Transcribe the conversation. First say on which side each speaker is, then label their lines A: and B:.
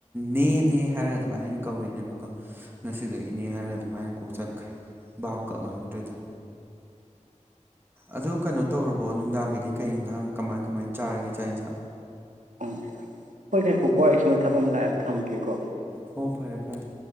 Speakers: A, on the right; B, on the right.
A: ꯅꯦꯅꯦ ꯍꯥꯏꯔꯒ ꯑꯗꯨꯃꯥꯏꯅ ꯀꯧꯔꯤꯅꯦꯕꯀꯣ ꯉꯁꯤꯗ ꯏꯅꯦ ꯍꯥꯏꯔꯒ ꯑꯗꯨꯃꯥꯏꯅ ꯀꯣꯛ ꯆꯠꯈ꯭ꯔꯦ ꯕꯥꯄꯀ ꯑꯣꯏꯍꯧꯗ‌ꯦꯗ ꯑꯗꯨ ꯀꯩꯅꯣ ꯇꯧꯔꯕꯣ ꯅꯨꯡꯗꯥꯡꯒꯤꯗꯤ ꯀꯩ ꯏꯟꯖꯥꯡ ꯀꯃꯥꯏ ꯀꯃꯥꯏꯅ ꯆꯥꯔꯒꯦ ꯆꯥꯛ ꯏꯟꯖꯥꯡ
B: ꯎꯝ ꯍꯣꯏ ꯉꯥꯏꯈꯣꯀ‌ꯣ ꯑꯩ ꯁ‌ꯣꯝꯗ ꯊꯕꯛ ꯑꯃ ꯂꯥꯛꯑꯦ ꯑꯝꯇ ꯍꯪꯉꯨꯒꯤꯒꯦꯀꯣ
A: ꯍꯣ ꯐꯔꯦ ꯐꯔꯦ